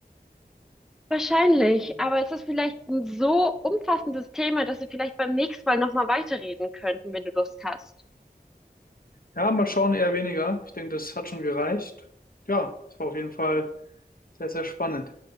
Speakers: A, in the centre; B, on the left (about 60°).
A: Wahrscheinlich, aber es ist vielleicht ein so umfassendes Thema, dass wir vielleicht beim nächsten Mal nochmal weiterreden könnten, wenn du Lust hast.
B: Ja, mal schauen, eher weniger. Ich denke, das hat schon gereicht. Ja, es war auf jeden Fall sehr, sehr spannend.